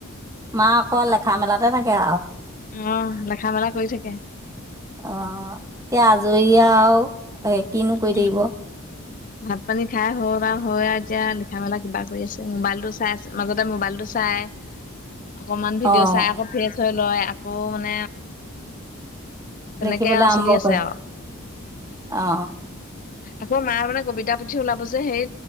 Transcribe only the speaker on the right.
মা অকল লেখা মেলাতে থাকে আৰু
আহ এতিয়া আজৰি দয়াও এ কিনো কৰিৈ
থাকিব
অঁ
দেখিবলৈ
আৰম্ভ
কৰে
অ